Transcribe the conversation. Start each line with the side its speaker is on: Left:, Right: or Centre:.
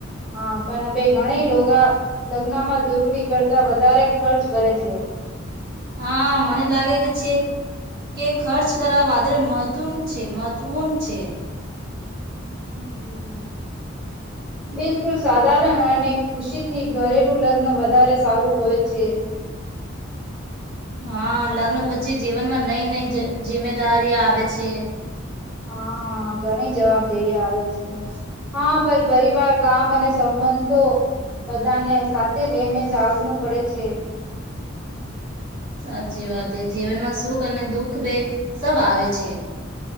Centre: હા પણ બે ઘણી લોગા લગ્નમાં જરૂરી કરતા વધારે ખર્ચ કરે છે.
Right: હા મને લાગે કે છે. કે ખર્ચ કરવા વાદળ મહત્ છે મહત્વૂર્ છે.
Centre: હમ હમ.
Right: <inaudible>
Centre: બિલકુલ સાધારણ અને ખુશીથી ઘરેલું લગ્ન વધારે સારું હોય છે.
Right: <inaudible> હા લગ્ન પછી જીવનમાં નઈ નઈ જિમ્મેદારી આવે છે.
Centre: હા ઘણી જવાબદેરી આવે છે. હા પણ પરિવાર કામ અને સંબંધો બધાને સાથે લઈને ચાલલું પડે છે.
Right: <inaudible> સાચી વાત એ જીવનમાં સુખ અને દુઃખ બે સબ આવે છે.